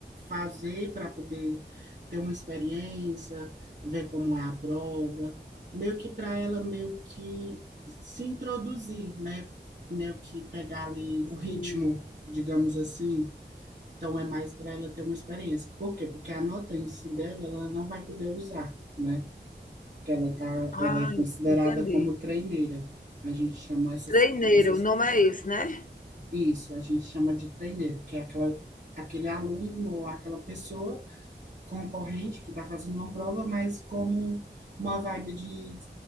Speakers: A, on the right; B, on the left.
A: fazer para poder ter uma experiência, ver como é a prova, meio que para ela meio que se introduzir, né? Meio que pegar ali o ritmo,
B: Sim.
A: digamos assim Então é mais para ela ter uma experiência. Por quê? Porque a nota em si dela, ela não vai poder usar, né? Porque ela tá, ela
B: Ah,
A: é considerada
B: entendi.
A: como treineira. A gente chama essas,
B: Treineiro,
A: essas,
B: o nome é esse, né?
A: isso, a gente chama de treineiro, que é aquela, aquele aluno ou aquela pessoa concorrente que está fazendo uma prova, mas como uma vibe de